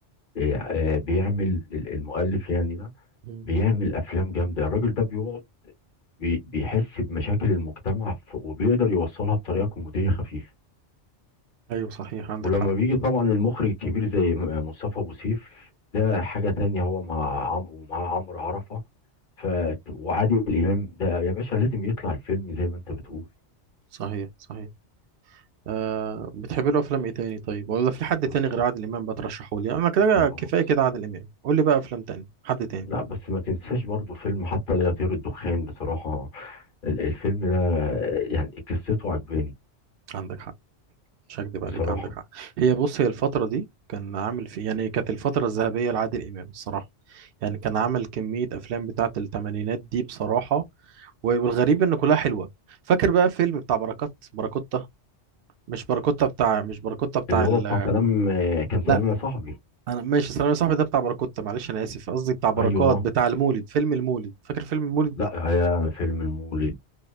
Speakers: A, on the left (about 45°); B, on the right (about 60°).
A: آه، آه، بيعمل ال- المؤلف يعني ده
B: مم.
A: بيعمل أفلام جامدة الراجل ده بيقعد بي- بيحس بمشاكل المجتمع ف- وبيقدر يوصلها بطريقة كوميدية خفيفة
B: ايوه صحيح عندك
A: ولما
B: حق
A: بيجي طبعا المخرج الكبير زي م- مصطفى ابو سيف ده حاجه تانية هو مع عمرو ومع عمرو عرفه ف وعادل امام ده يا باشا لازم يطلع الفيلم زي ما انت بتقول
B: صحيح صحيح آه بتحب له افلام ايه تاني طيب ولا في حد
A: بص
B: تاني غير عادل امام بترشحه لي انا كده
A: لا هو
B: كفايه
A: بص
B: كده عادل امام قول لي بقى افلام تاني حد تاني
A: لا بس ما تنساش برضو فيلم حتى لا يطير الدخان بصراحه ال- الفيلم ده يعني قصته عجباني
B: عندك حق مش هكدب
A: بصراحه
B: عليك عندك حق هي بص هي الفتره دي كان عامل في يعني كانت الفتره الذهبيه لعادل امام الصراحه يعني كان عامل كميه افلام بتاعه الثمانينات دي بصراحه والغريب ان كلها حلوه فاكر بقى فيلم بتاع بركات بركوتة مش بركوتة بتاع مش بركوتة بتاع
A: اللي هو
B: ال...
A: بتاع سلام كان
B: لا
A: سلام يا صاحبي
B: انا ماشي ثانوي يا صاحبي ده بتاع بركوت معلش انا اسف قصدي بتاع بركات
A: ايوه
B: بتاع المولد فيلم المولد فاكر فيلم المولد
A: لا يا فيلم المولد